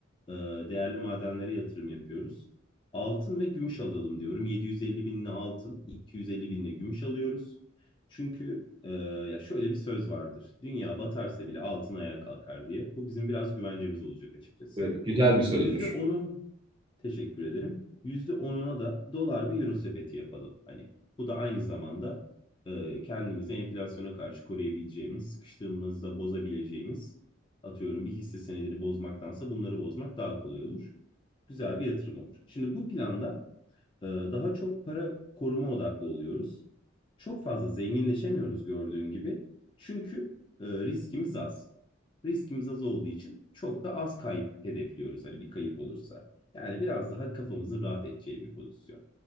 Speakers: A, on the left; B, on the right.
A: e, değerli madenlere yatırım yapıyoruz. Altın ve gümüş alalım diyorum. 750 binli altın, 250 binli gümüş alıyoruz. Çünkü e, ya şöyle bir söz vardır. Dünya batarsa bile altın ayağa kalkar diye. Bu bizim biraz güvencemiz olacak açıkçası.
B: Evet, güzel bir sözmüş.
A: %10'un Teşekkür ederim. Yüzde onuna da dolar ve euro sepeti yapalım. Hani bu da aynı zamanda e, kendimizi enflasyona karşı koruyabileceğimiz, sıkıştığımızda bozabileceğimiz, atıyorum bir hisse senedini bozmaktansa bunları bozmak daha kolay olur. Güzel bir yatırım olur. Şimdi bu planda e, daha çok para koruma odaklı oluyoruz. Çok fazla zenginleşemiyoruz gördüğün gibi. Çünkü e, riskimiz az riskimiz az olduğu için çok da az kayıp hedefliyoruz hani bir kayıp olursa. Yani biraz daha kafamızın rahat edeceği bir pozisyon.